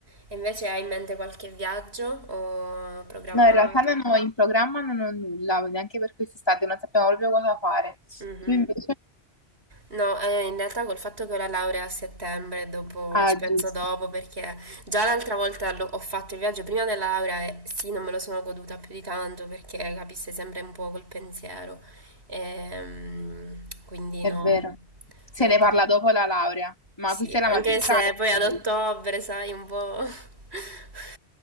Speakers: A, on the right (about 70°); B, on the left (about 20°).
A: E invece hai in mente qualche viaggio o programmato?
B: No, in realtà non ho in programma non ho nulla, neanche per quest'estate, non sappiamo proprio cosa fare.
A: Mh-mh.
B: Tu invece?
A: No, eh, in realtà col fatto che ho la laurea a settembre, dopo,
B: Ah,
A: ci penso
B: giusto,
A: dopo perché già l'altra volta l'ho- ho fatto il viaggio prima della laurea e sì, non me lo sono goduta più di tanto perché capisse sempre un po' col pensiero. Ehm, quindi
B: è
A: no,
B: vero. Se
A: non
B: ne
A: credo.
B: parla dopo la laurea, ma
A: Sì,
B: questa è la
A: anche
B: magistrale,
A: se poi ad
B: quindi.
A: ottobre, sai, un po'... <laughs>